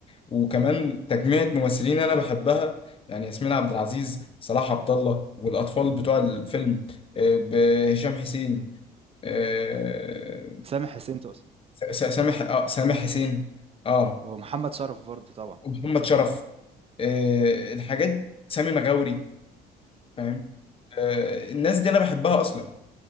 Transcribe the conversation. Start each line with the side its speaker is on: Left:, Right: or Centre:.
Left: وكمان تجميعة ممثلين انا بحبها يعني ياسمين عبد العزيز صلاح عبد الله والاطفال بتوع الفيلم آه، ب- هشام حسين آه،
Right: سامح حسين تقصد
Left: س- س- سامح آه، سامح حسين اه
Right: ومحمد شرف برضه طبعا
Left: ومحمد شرف آه، الحاجات سامي مغاوري فاهم آه، الناس دي انا بحبها اصلا